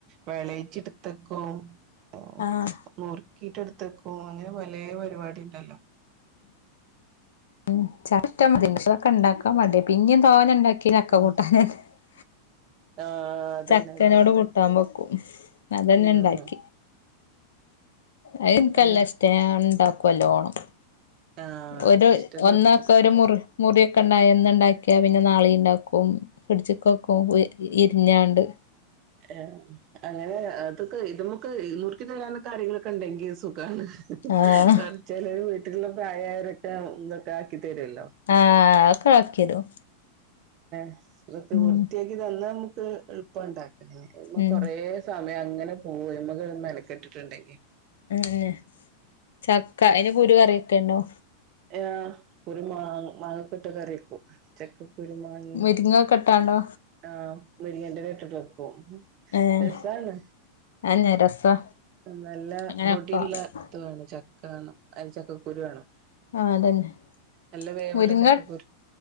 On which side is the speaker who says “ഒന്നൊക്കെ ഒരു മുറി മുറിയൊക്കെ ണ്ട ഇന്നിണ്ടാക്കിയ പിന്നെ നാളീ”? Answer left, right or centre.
Left